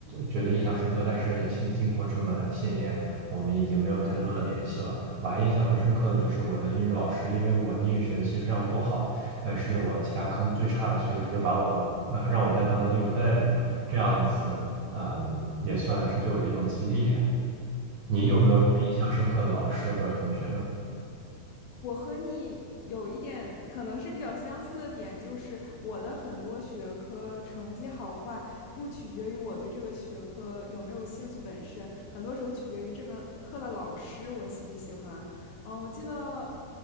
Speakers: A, on the right; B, on the left.
A: 觉得印象深刻，但是经经过这么些年，我们已经没有太多的联系了。我还印象很深刻的就是我的英语老师，因为我英语学习非常不好，呃，是我其他科目最差的，所以他就把我，呃，让我担当了英语课代表，这样子，嗯，也算是对我的一种激励。你有没有什么印象深刻的老师或者同学呢？
B: 哦。我和你有一点可能是比较相似的点，就是我的很多学科成绩好坏不取决于我对这个学科有没有兴趣本身，很多时候取决于这门课的老师我喜不喜欢。嗯，呃我记得